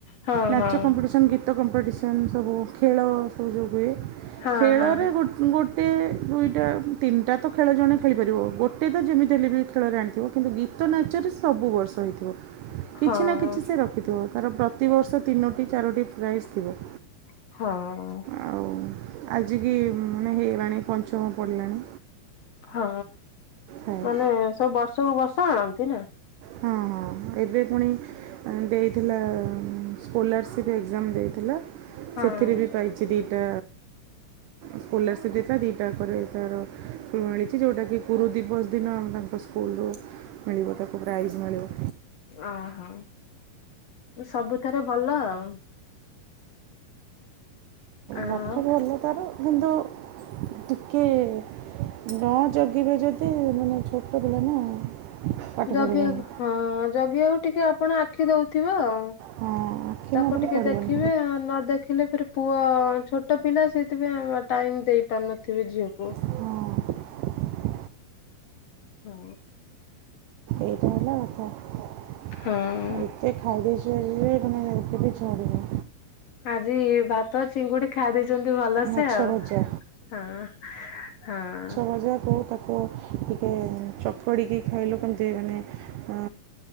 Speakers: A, on the left; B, on the right.
A: ହଁ
B: ନାଚ
A: ହଁ।
B: କମ୍ପିଟିସନ୍ ଗୀ ତ କମ୍ପିଟିସନ୍ ସବୁ ଖେଳ ସବୁଯୋଉ ହୁଏ
A: ହଁ
B: ଖେଳରେ
A: ହଁ
B: ଗୋ ଗୋଟେ ଦୁଇଟା ତିନିଟା ତ ଖେଳ ଜଣେ ଖେଳିପାରିବ ଗୋଟେ ତ ଯେମିତି ହେଲେ ବି ଖେଳରେ ଆଣିଥିବ। କିନ୍ତୁ ଗୀତ ନାଚରେ ସବୁ ବର୍ଷ ହେଇଥିବ କିଛି
A: ହଁ
B: ନା କିଛି ସେ ର ରଖିଥିବ ତାର ପ୍ରତିବର୍ଷ ତିନୋଟି ଚାରଟି ପ୍ରାଇଜ୍ ଥିବ।
A: ହଁ।
B: ଆଉ ଆଜିକି ମାନେ ହେଇଗଲାଣି ପଞ୍ଚମ ପଡ଼ିଲାଣି।
A: ହଁ
B: ଥାଏ
A: ମାନେ ସବୁ ବର୍ଷକୁ ବର୍ଷ ଆଣନ୍ତି ନା।
B: ହଁ ହଁ ଏବେ ପୁଣି। ଦେଇଥିଲା ସ୍କୁଲାରସିପ୍ ଏକ୍ଜାମ ଦେଇଥିଲା
A: ହଁ
B: ସେଥିରେ ବି ପାଇ ଛି ଦିଟା। ସ୍କଲାରସିପ୍ ଦେଇଥିଲା ଦୁଇଟା ଙ୍କରେ ତାର ମିଳିଛି ଯେଉଟାକି ଗୁରୁ ଦିବସ ଦିନ ତାଙ୍କ ସ୍ ସ୍କୁଲୁ ରୁ ମିଳିବ ତାକୁ ପ୍ରାଇଜ୍ ମିଳିବ।
A: ଆହା ସବୁଥରେ ଭଲ ଆଉ। ଆଉ
B: ପାଠ ଭଲ ତାର କିନ୍ତୁ ଟିକେ ନ ଜଗିବେ ଯଦି ମାନେ ଛୋଟ ଥିଲା ନା। ପାଠ
A: ଜଗିବାକୁ
B: ପଢ଼ିବନି
A: ହଁ ଜଗିବାକୁ ଟିକେ ଆପଣ ଆଖି ଦଉଥିବ ଆଉ।
B: ହଁ ଆଖି
A: ତାକୁ
B: ନଦେଲେ
A: ଟିକେ
B: ପଢ଼ିବନି
A: ଦେଖିବେ ଆଉ ନ ଦେଖିଲେ ଫେର୍ ପୁଅ ଛୋଟ ପିଲା ସେଇଥିପାଇଁ ଟାଇମ ଦେଇ ପାରୁିନଥିବେ ଝିଅକୁ।
B: ହଁ।
A: ହଁ।
B: ଏଇଟା ହେଲା କଥା ଆଉ
A: ହଁ
B: ଏତେ ଖାଇଦେଇଛୁ ଆଜି ଯେ ମାନେ ଏତେ ବି ଛାଡୁନି
A: ଆଜି ଭାତ ଅଛି ଚିଙ୍ଗୁଡି ଖାଇ ଦେଇେଇଛନ୍ତି ଭଲସେ
B: ମାଛ
A: ଆଉ
B: ଭଜା
A: ହଁ ହଁ।
B: ମଜା କୁ ତାକୁ ଟିକେ ଚକଡ଼ିକି ଖାଇଲୁ କେମିତି ମାନେ ଏ